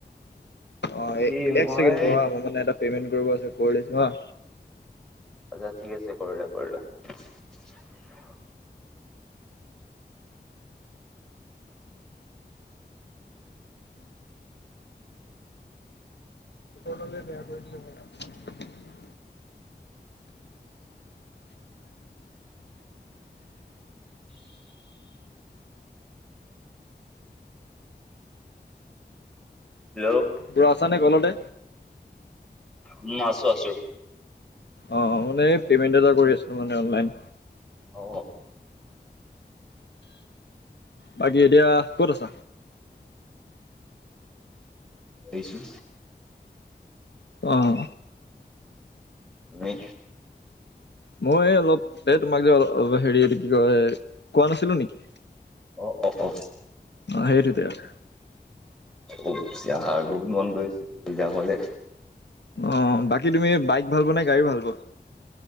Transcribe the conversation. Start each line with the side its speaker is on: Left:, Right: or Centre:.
Left: অ'একছেকেণ্ড
Centre: কি মই
Left: হা, মোৰ মানে এটা পেমেট কৰিব আছে। কৰি লৈছো হ ও।
Centre: হব ঠিক আছে কৰিলোৱা, কৰিলোৱা।
Left: দ <unintelligible>
Centre: হেল্ল'।
Left: ব় আছ নে কলতে।
Centre: উম', আছো, আছো।
Left: অ'মানে পেমেণ্ট এটা কৰি আছো, মানে অনলাইন।
Centre: অ
Left: বাকী, এতিয়া ক'ত আছ?
Centre: দিছো।
Left: অহ।
Centre: তুমি
Left: মই অলপ এই তোমাক যে অলপ হেৰিটো কি কয়, কোৱা নাছিলো নেকি?
Centre: অ অ অ
Left: অ সেইটোতে আৰু।
Centre: উফ বহুত মন গৈছে তু যাবলে।
Left: অ' বাকী। কি তুমি বাইক ভাল পোৱা নে, গাড়ী ভাল পোৱা?